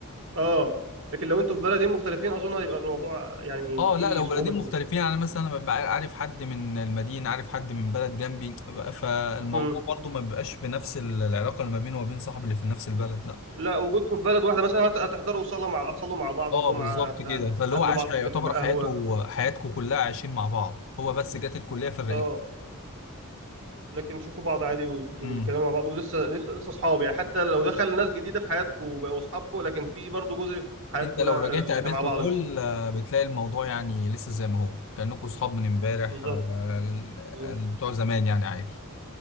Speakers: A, on the right; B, on the left.
A: اه لكن لو انتوا في بلدين مختلفين اظن هيبقى الموضوع يعني
B: اه
A: فيه
B: لا لو
A: صعوبه
B: بلدين
A: شويه
B: مختلفين يعني مثلا انا ببقى عارف حد من المدينة عارف حد من بلد جنبي فالموضوع
A: امم
B: برضه ما بيبقاش بنفس العلاقة اللي ما بينه وما بين صاحبي اللي في نفس البلد لا
A: لا وجودكم في بلد واحده مثلا هت... هتحضروا صلاه مع هتصلوا مع بعض
B: اه
A: الجمعه
B: بالظبط
A: هت...
B: كده
A: هتقابلوا
B: فاللي هو عاش
A: بعض
B: حي-
A: في
B: يعتبر
A: القهوه
B: حياته حياتكم كلها عايشين مع بعض هو بس جت الكلية فرقته
A: اه لكن تشوفوا بعض عادي وت- وتتكلموا
B: امم
A: مع بعض ولسه لسه لسه اصحاب يعني حتى لو دخل ناس جديده في حياتكم وبقوا اصحابكم لكن في برضه جزء في حياتكم
B: انت لو
A: لا
B: رجعت قابلت
A: احنا مع بعض
B: دول
A: لسه
B: آه، بتلاقي الموضوع يعني لسه زي ما هو كأنكم صحاب من امبارح
A: بالظبط
B: آه، ال- ال-
A: بالظبط
B: بتوع زمان يعني عادي